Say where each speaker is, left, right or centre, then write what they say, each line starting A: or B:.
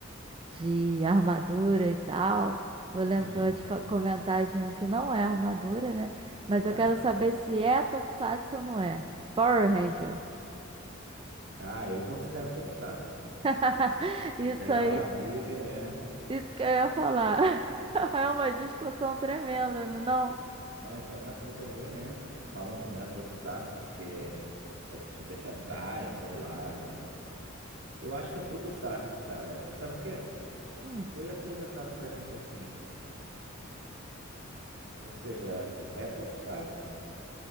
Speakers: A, on the right; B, on the right.
A: de armadura e tal. Vou lembrar
B: Hum,
A: de fa- comentar de um que não é armadura, né? Mas
B: ué.
A: eu quero saber se é Tokusatsu ou não é. Power Ranger.
B: Ah, eu considero Tokusatsu.
A: <laughs> Isso
B: Isso aí
A: aí,
B: dá uma briga, é.
A: isso que eu ia falar. <laughs> É uma discussão tremenda, não? é não?
B: Não, isso é uma treta violenta, que falam que não é Tokusatsu porque é de Super Sentai, sei lá. Eu, eu acho que é Tokusatsu, cara. É, Sabe por quê?
A: Hum.
B: Foi apresentado pra gente assim. Ou seja, é Tokusatsu.